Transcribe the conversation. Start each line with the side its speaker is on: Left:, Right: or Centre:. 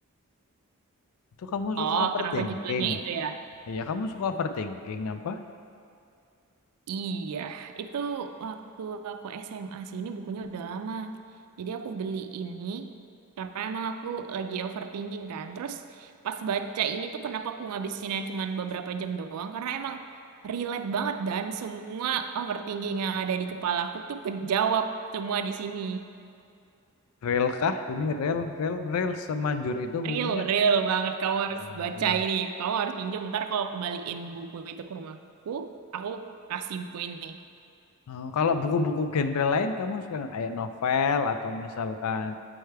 Left: Itu kamu
Right: Oh,
Left: suka overthinking?
Right: kenapa judulnya itu ya?
Left: Iya, kamu suka overthinking apa?
Right: Iya, itu waktu aku SMA sih. Ini bukunya udah lama. Jadi aku beli ini karena emang aku lagi overthinking kan. Terus pas baca ini tuh kenapa aku ngabisinnya cuman beberapa jam doang? Karena emang relate banget dan semua overthinking yang ada di kepala aku tuh kejawab semua di sini.
Left: Rel kah? Ini rel, rel, rel semanjur itu bukunya.
Right: Real, real banget. Kamu
Left: Waduh.
Right: harus baca ini. Kamu harus pinjam ntar kalau kembaliin buku itu ke rumahku, aku kasih buku ini.
Left: Oh, kalau buku-buku genre lain kamu suka nggak? Kayak novel atau misalkan